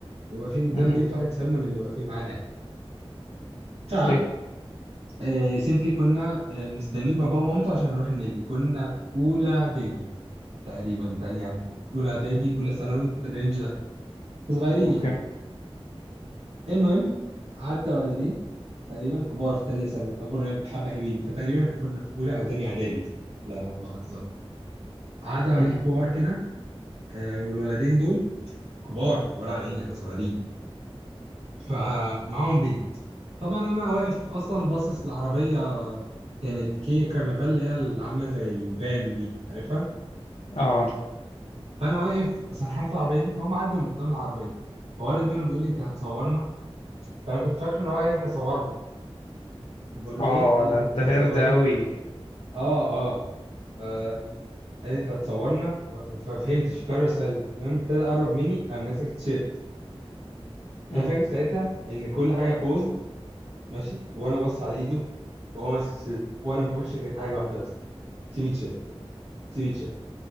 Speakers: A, on the right; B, on the left.
A: واقفين قدام
B: مم.
A: بيت واحد صاحبنا من اللي واقفين معانا ف
B: اوكي
A: آه، سيمبلي كنا آه، مستنيين بابا ومامته عشان نروح النادي كنا في اولى اعدادي تقريبا تانية إعدادي، اولى اعدادي اولى ثانوي في الرينج ده صغيرين
B: اوكي
A: يعني المهم عدى ولدين تقريبا كبار في تانية ثانوي اكبر مننا بحبة حلوين فتقريبا احنا كنا في اولى او تانية اعدادي لا ما اتذكر عدى ولدين
B: مم.
A: كبار كده آه، والولدين دول كبار كبار علينا احنا صغيرين فمعاهم بنت طبعا انا واقف اصلا باصص لعربيه كانت كيا كارنفال اللي هي اللي عامله زي الفان دي عارفها
B: اه عارف
A: فانا واقف سرحان في العربيه دي فهم عدوا من قدام العربيه فولد منهم بيقول لي انت هتصورنا فانا كنت فاكر ان هو عايزني اصورهم بقول له
B: اه
A: ايه قال
B: ده
A: لي انت
B: انت
A: هتصورنا
B: نرد قوي
A: اه اه آه، قال لي انت هتصورنا ففهمتش في قرر سؤال المهم ابتدى يقرب مني قام ماسك التيشيرت
B: مم.
A: انا فاكر ساعتها ان كل حاجه بوزد ماشي وانا بص على ايده وهو ماسك التيشيرت وانا ما بقولش غير حاجه واحده بس سيب التيشيرت سيفيتشيل